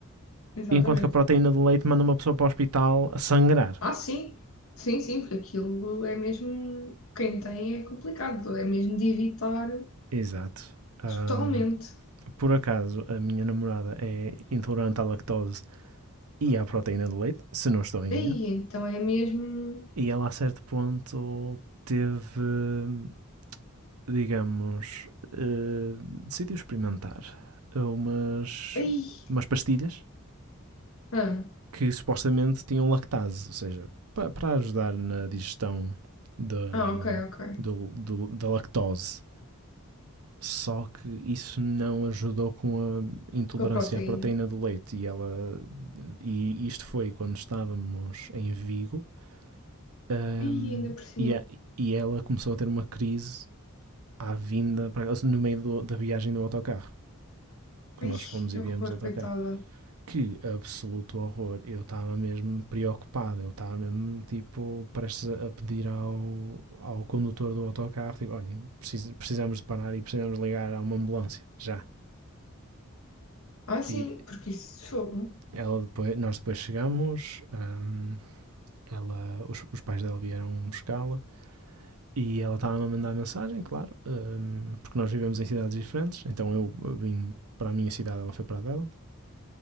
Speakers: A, on the left; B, on the right.
A: exatamente.
B: enquanto que a proteína do leite manda uma pessoa para o hospital a sangrar.
A: Ah, sim, sim, sim, porque aquilo é mesmo. Quem tem é complicado, é mesmo de evitar
B: Exato. Ahm,
A: totalmente.
B: por acaso, a minha namorada é intolerante à lactose e à proteína do leite, se não estou em
A: Aí,
B: erro,
A: então é mesmo.
B: e ela a certo ponto teve, digamos, eh, decidiu experimentar umas,
A: Aí,
B: umas pastilhas
A: ah,
B: que supostamente tinham lactase, ou seja, pa- para ajudar na digestão da,
A: ah, ok, ok.
B: do- do- da lactose. Só que isso não ajudou com a intolerância
A: Com a proteína.
B: à proteína do leite. E, ela, e isto foi quando estávamos em Vigo. ahm,
A: Aí, ainda por cima.
B: e, a- e ela começou a ter uma crise à vinda, no meio do- da viagem do autocarro. Que
A: Ai,
B: nós fomos
A: que
B: e viemos
A: horror,
B: de autocarro.
A: coitada.
B: Que absoluto horror. Eu estava mesmo preocupado. Eu estava mesmo, tipo, prestes a pedir ao, ao condutor do autocarro: tipo, olha, precis- precisamos de parar e precisamos ligar a uma ambulância, já.
A: Ah, sim,
B: E
A: porque isso é fogo.
B: ela depois, nós depois chegamos, hum, ela, os, os pais dela vieram buscá-la e ela estava a mandar mensagem, claro, hum, porque nós vivemos em cidades diferentes. Então eu eu vim para a minha cidade, ela foi para a dela.